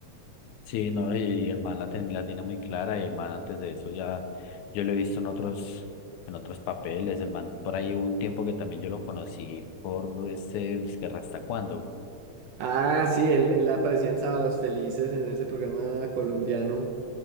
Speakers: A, on the left; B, on the right.
A: Sí, no, y el man la, ten- la tiene muy clara y el man antes de eso ya, yo lo he visto en otros, en otros papeles, el man por ahí hubo un tiempo que también yo lo conocí por este, es que Rasta Cuando.
B: Ah, sí, él, él aparecía en Sábados Felices en ese programa colombiano.